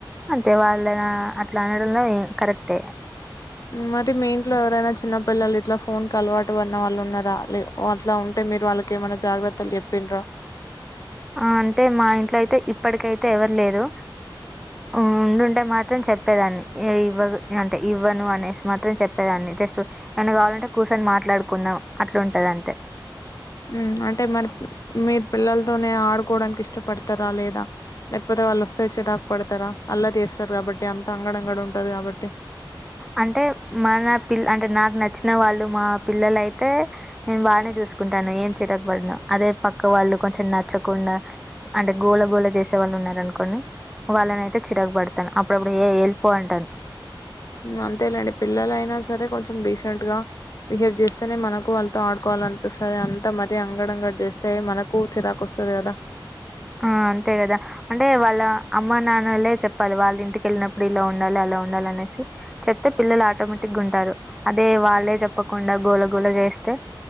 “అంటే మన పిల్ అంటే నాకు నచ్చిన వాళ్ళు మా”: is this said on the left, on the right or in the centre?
Centre